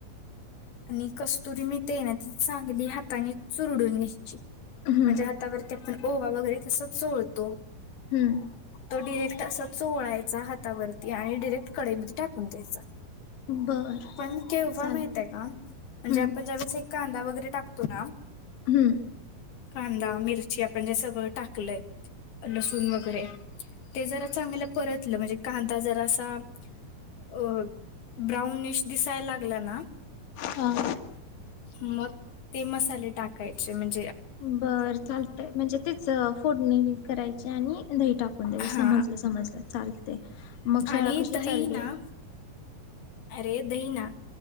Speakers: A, on the left; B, on the left.
A: आणि कस्तुरी मेथीय ना ती चांगली हाताने चुरडून घ्यायची.
B: हम्म.
A: माझ्या हातावर बा वगैरे तस जोळतो
B: हम्म.
A: तो डिरेक्ट अस ोळायचा हातावरती आणि डिरेक्ट कडेमध्ये टाकून द्यायचं
B: बर.
A: पण केव्हा
B: चालतंय.
A: माहितय का म्हणजे
B: हम्म.
A: आपण ज कांदा वगैरे टातो ना
B: हम्म
A: कांदा मिरची आपण जे सगळं टाकलंय लसून वगैरे ते जरा चांगलं परत म्हणजे कांदा जर असा अ ब्राउनश दिसायला लागला ना
B: हां.
A: मग ते मसाले टाकाय म्हज
B: बर चालत म्हणजे तेच फोडणी करायची आणि दही टाकून द्यायच
A: हा
B: समजलं समजलं चालतेय मग शाळा
A: आणि
B: कशी
A: दही
B: चालली
A: ना
B: आहे
A: अरे दही ना